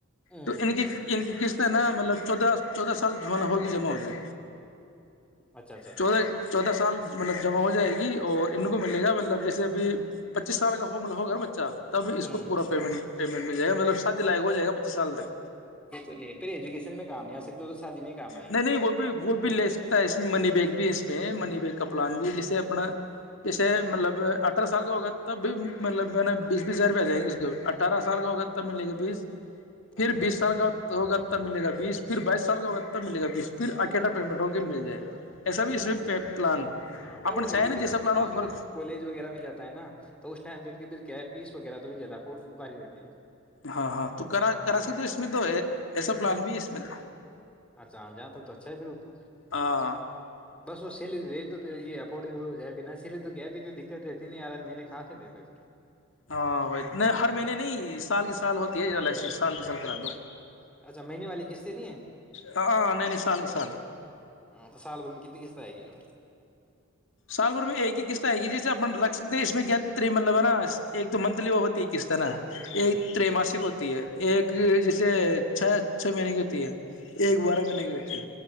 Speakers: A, in the centre; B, on the left.
A: ہوں
B: تو ان کی ان کی کس ا نا مطلب چودہ چودہ سال مط ہوگی جما ہوگی
A: اچھا اچھا اچھا
B: چودہ چودہ سال مطلب جمع ہو جائے گی اور ان کو ملے گا مطلب جیسے ابھی پچیس سال کا ہول ہوگا بچچا تب اس
A: ہ
B: کو پورا پیمنٹ پیمٹ م جائے گاطلبات د لائی ہوائے گا پچیس سالک
A: یہ تو لے پھر ایجوکیشن میں کام نہیں آ سکتے وہ تو شادی میں ہی کام آئیں گے
B: نہیں نہیں وہ بھی وہ بھی لے سکتا ہے اس میں منی بیگ بھی اس می منی بیگ کا پلان بھی جسے اپنا جیسے مطلب اٹھارہ سال کا ہوگا تب بھی مطلب جو ہے نا بیس بیس ہزار روپ جائےیں گے اس کو اٹھارہ سال کا ہوگا تب ملے گے بيس
A: اچھا
B: پھر
A: اچھا
B: بسال گاؤں تو ہوگا تب ملے گا بیس پھر بائیس سال کا ہو ملے گا بیس پھر اکیٹا پیمنٹ ہو کے مل جائے گا ایسا بھی اس میں
A: اچھا
B: پلان
A: ہاں ب
B: اپن
A: وہ
B: چاہے
A: ایجوکیشن
B: نا جیسا پلان
A: کے ٹائم
B: ہو صرف۔
A: کالج وغیرہ میں جاتا ہے نا ٹو اس ٹائم پھر پھر کیا ہے فیس وغیرہ تھوڑی جیادہ بھاری رہتی فے
B: ہاں ہاں تو کرا کرا سکتے ہو اس میں تو ایسا پلان بھی ہے اس میں ٹو
A: اچھا جاں تک تو اچھا ہے پھر وہ تو
B: ہاں
A: بس وہ سیلی رہے تو پ یہ افورڈیبل ہو جائے سیلے تو دقت رہتی نہیں یار میں نے کہاں سے د فیر
B: ہاں وہ نہیں ہر مہینے نہیں سال کی سال ہوتی ہے ا الشی سال کے سال کرا ٹو
A: اچھا مہینے والی قسطیں نہیں ہے
B: ہاں ہاں نہیں نہیں سال کے سال
A: تو سال بھر میں کتنی قسط آئے گی جو
B: سال بھر میں ایک ہی قسط آئے گی جسے اپن رکھ سکتے ہیں اس میں کیا مطلب ہے نا ایک تو منتھلی وہ ہوتی ہے قسط ہے نا
A: ہوں
B: ایک تر ماسک ہوتی ہے ایک جسے چھ چھ مہینے کی ہوتی ہے ایک بارہ مہینے کی ہوتی